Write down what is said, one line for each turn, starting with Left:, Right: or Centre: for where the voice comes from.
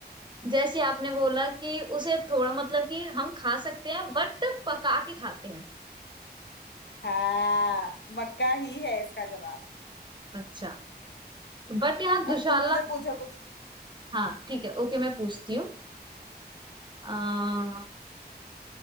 Right: जैसे आपने बोला कि उसे थोड़ा मतलब कि हम खा सकते हैं बट पका के खाते हैं
Left: हाँ मक्का ही है इसका जवाब
Right: अच्छा बट यहाँ दुशाला
Left: अब तुम मुझे पूछो कुछ
Right: हाँ ठीक है ओके मैं पूछती हूँ अह,